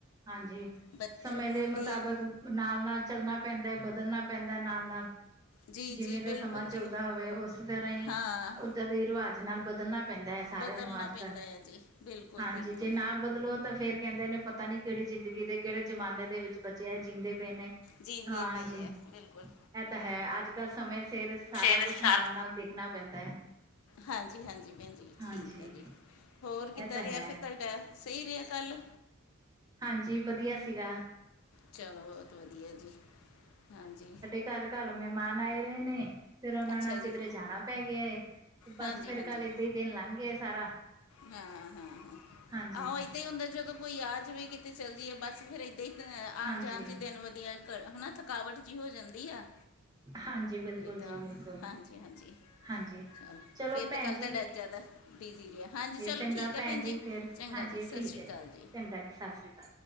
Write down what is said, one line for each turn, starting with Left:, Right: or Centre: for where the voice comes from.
Right: ਹਾਂਜੀ,
Left: ਬੱਚੇ
Right: ਸਮੇਂ
Left: ਮੁੰਡੇ
Right: ਦੇ ਮੁਤਾਬਕ
Left: ਆ
Right: ਨਾਲ-ਨਾਲ ਚੱਲਣਾ ਪੈਂਦਾ ਐ, ਬਦਲਣਾ ਪੈਂਦਾ ਨਾਲ-ਨਾਲ।
Left: ਜੀ
Right: ਜਿਵੇਂ
Left: ਜੀ ਬਿਲਕੁਲ
Right: ਦਾ ਸਮਾਂ ਚੱਲਦਾ
Left: ਜੀ
Right: ਹੋਵੇ, ਉਸੇ ਤਰ੍ਹਾਂ ਹੀ
Left: ਹਾਂ
Right: ਉਦਾਂ ਦੇ ਰਿਵਾਜ ਨਾਲ ਬਦਲਣਾ ਪੈਂਦਾ ਐ, ਸਾਰਿਆਂ
Left: ਬਦਲਣਾ
Right: ਨੂੰ ਅੱਜ-ਕੱਲ੍ਹ
Left: ਪੈਂਦਾ ਜੀ ਬਿਲਕੁਲ।
Right: ਹਾਂਜੀ,
Left: ਬਿਲਕੁਲ
Right: ਜੇ ਨਾ ਬਦਲੋ ਤਾਂ ਫੇਰ ਕਹਿੰਦੇ ਨੇ ਪਤਾ ਨੀ ਕਿਹੜੀ ਜ਼ਿੰਦਗੀ ਦੇ, ਕਿਹੜੇ ਜ਼ਮਾਨੇ ਦੇ ਵਿੱਚ ਬੱਚੇ ਜੀਂਦੇ ਪਏ ਨੇ,
Left: ਜੀਂਦੇ
Right: ਹਾਂਜੀ
Left: ਪਏ ਆ ਬਿਲਕੁਲ
Right: ਇਹ ਤਾਂ ਹੈ ਅੱਜ-ਕੱਲ ਸਮੇ ਸਿਰ ਸਾਰਾ
Left: ਫਿਰ
Right: ਕੁਛ
Left: ਸਾਰ
Right: ਨਾਲ-ਨਾਲ ਦੇਖਣਾ ਪੈਂਦਾ ਏ,
Left: ਹਾਂਜੀ ਹਾਂਜੀ ਭੈਣ ਜੀ
Right: ਹਾਂਜੀ।
Left: ਠੀਕ ਹੈ ਜੀ ਹੋਰ ਕਿੱਦਾਂ
Right: ਇਹ ਤਾਂ
Left: ਰਿਹਾ
Right: ਹੈ
Left: ਫਿਰ ਤੁਹਾਡਾ, ਸਹੀ ਰਿਹਾ ਕੱਲ੍ਹ
Right: ਹਾਂਜੀ ਵਧੀਆ ਸੀਗਾ
Left: ਚਲੋ ਬਹੁਤ ਵਧੀਆ ਜੀ, ਹਾਂਜੀ।
Right: ਘਰ ਕੱਲ ਮਹਿਮਾਨ ਆਏ ਰਹੇ ਨੇ ਫਿਰ ਉਹਨਾਂ
Left: ਅੱਛਾ
Right: ਨਾਲ
Left: ਜੀ
Right: ਕਿਧਰੇ ਜਾਣਾ ਪੈ ਗਿਆ ਏ ਬਸ
Left: ਹਾਂਜੀ
Right: ਫੇਰ
Left: ਹਾਂਜੀ
Right: ਕੱਲ ਏਦਾਂ ਹੀ ਦਿਨ ਲੰਘ ਗ ਗਿਆ ਸਾਰਾ।
Left: ਹਾਂ, ਹਾਂ, ਹਾਂ
Right: ਹਾਂਜੀ
Left: ਆਹੋ ਇੱਦਾਂ ਹੀ ਹੁੰਦੈ ਜਦੋਂ ਕੋਈ ਆ ਜਾਵੇ ਕਿਤੇ ਚੱਲੇ ਜਾਇਏ ਬਸ ਫਿਰ ਇ ਤੇ ਇਕ ਆਣ
Right: ਹਾਂਜੀ
Left: ਜਾਣ ਚ' ਦਿਨ ਵਧੀਆ ਘਰੋ ਨਾ ਥਕਾਵਟ ਜੀ ਹੋ ਜਾਂਦੀ ਆ
Right: ਹਾਂਜੀ, ਬਿਲਕੁਲ।
Left: ਤਾ
Right: ਜੀ ਬਿਲਕੁਲ
Left: ਹਾਂਜੀ, ਹਾਂਜੀ।
Right: ਹਾਂਜੀ
Left: ਚ
Right: ਚਲੋ
Left: ਫੇਰ ਤੇ
Right: ਭੈਣ
Left: ਕੱਲ ਤੁਹਾਡਾ
Right: ਜੀ
Left: ਜਿਆਦਾ ਬਿਜੀ ਰਿਹਾ। ਹਾਂਜੀ, ਚਲੋ
Right: ਚੰਗਾ
Left: ਠੀਕ ਐ ਭੈਣ ਜੀ।
Right: ਫਿਰ
Left: ਚੰਗਾ
Right: ਹਾਂਜੀ
Left: ਜੀ 'ਸਤਿ
Right: ਠੀਕ
Left: ਸ਼੍ਰੀ
Right: ਹੈ
Left: ਅਕਾਲ'ਜੀ।
Right: ਜੀ ਚੰਗਾ ਜੀ ਸਤਿ ਸ੍ਰੀ ਅਕਾਲ